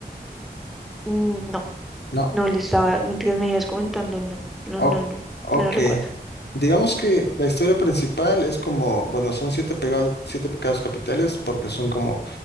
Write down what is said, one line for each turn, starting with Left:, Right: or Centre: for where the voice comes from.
Centre: Mm, No,
Left: No.
Centre: no le estaba, mientras me ibas comentando, no, no,
Left: O-
Centre: no, no,
Left: ok.
Centre: no lo recuerdo.
Left: Digamos que la historia principal es como, bueno, son siete pegados, siete pecados capitales, porque son como